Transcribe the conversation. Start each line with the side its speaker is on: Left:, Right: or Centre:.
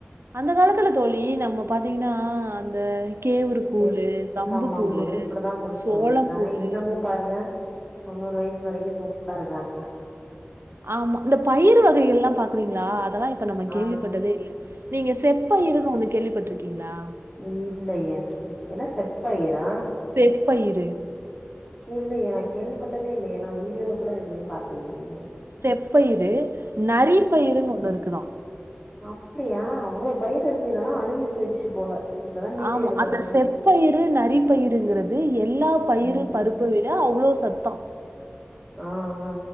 Right: அந்த காலத்துல தோழி நம்ம பாத்தீங்ன்னா அந்த கேவுரு கூழு,
Left: ஏ
Right: கம்புக்
Left: கம்மங்கூழு
Right: கூழு,
Left: இப்டிதா குடிச்சு
Right: சோளக்
Left: வளந்திருக்காங்க
Right: கூழு,
Left: இன்னமு பாருங்க தொண்ணூறு வய்ஸ் வரைக்கு சூப்பரா இருக்காங்க
Right: ஆமா இந்த பயிறு வகைகள்லா பாக்கறீங்ளா அதெல்லா இப்ப நம்ம கேள்விப்பட்டதே
Left: ஆ
Right: இல்ல நீங்க செப்பயிறுன் ஒன்னு கேள்விப்பட்ருக்கீங்ளா
Left: ஊர்லயா என்ன செப்பயிறா
Right: செப்பயிறு
Left: இல்லயே நா கேள்விப்பட்டதே இல்லயே நா வீடியோல கூட எதுலயு பாத்ததில்லயே
Right: செப்பயிறு, நரிப்பயிறுன் ஒன்னுருக்குதா
Left: அப்டியா அவ்ளோ பயிறு இருக்கு இதெல்லா அழிஞ்சு போயிடுச்சி போல இப்பதா மீட்டு
Right: ஆமா
Left: எடுக்குறாங்க
Right: அந்த செப்பயிறு நரிப்பயிறுங்கறது எல்லா பயிறு
Left: ம்
Right: பருப்ப விட அவ்ளோ சத்தா
Left: ஆ ஆ